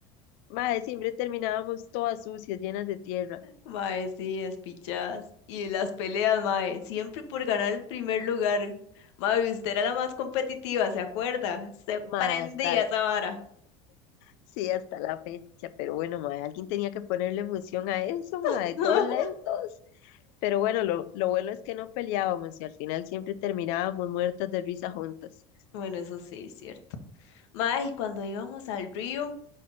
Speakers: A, on the left; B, on the left.
A: Mae, siempre terminábamos todas sucias, llenas de tierra.
B: Mae, sí, despichadas. Y las peleas, mae, siempre por ganar el primer lugar. Mae, usted era la más competitiva, ¿se acuerda? Se
A: Mae,
B: prendía
A: hasta,
B: esa vara.
A: sí, hasta la fecha, pero bueno, mae, alguien tenía que ponerle emoción a eso, mae,
B: <laughs>
A: todos lentos. Pero bueno, lo, lo bueno es que no peleábamos y al final siempre terminábamos muertas de risa juntas.
B: Bueno, eso sí, es cierto. Mae, y cuando íbamos al río